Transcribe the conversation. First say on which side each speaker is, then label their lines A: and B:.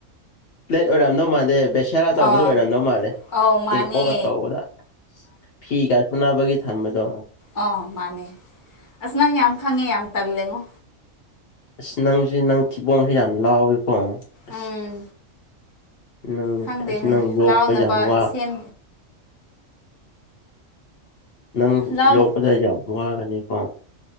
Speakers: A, on the left; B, on the left.
A: ꯄ꯭ꯂꯦꯠ ꯑꯣꯏꯔꯝꯗꯧ ꯃꯥꯟꯗꯦ ꯕꯦꯁꯦꯔꯥ ꯑꯆꯧꯕꯗ
B: ꯑꯣ
A: ꯑꯣꯏꯔꯝꯗꯧ ꯃꯥꯜꯂꯦ
B: ꯑꯧ
A: ꯇꯦꯡꯀꯣꯛꯀ
B: ꯃꯥꯅꯦ
A: ꯇꯧꯕꯗ ꯐꯤꯒ ꯁꯨꯅꯕꯒꯤ ꯊꯝꯕꯗꯣ
B: ꯑ ꯃꯥꯅꯦ ꯑꯁ ꯅꯪ ꯌꯥꯝ ꯈꯪꯉꯦ ꯌꯥꯝ ꯇꯜꯂꯦꯉꯣ
A: ꯑꯁ ꯅꯪꯁꯨ ꯅꯪ ꯊꯤꯕꯣꯡꯁꯦ ꯌꯥꯝ ꯂꯥꯎꯋꯤꯀꯣ ꯑꯁ
B: ꯎꯝ
A: ꯅꯪ
B: ꯈꯪꯗꯦꯅꯦ
A: ꯑꯁ ꯅꯪ ꯌꯣꯛꯄ
B: ꯂꯥꯎꯅꯕ
A: ꯌꯥꯝ ꯋꯥ
B: ꯁꯦꯝ
A: ꯅꯪ
B: ꯂꯥꯎ
A: ꯌꯣꯛꯄꯗ ꯌꯥꯝ ꯋꯥꯒꯅꯤꯀꯣ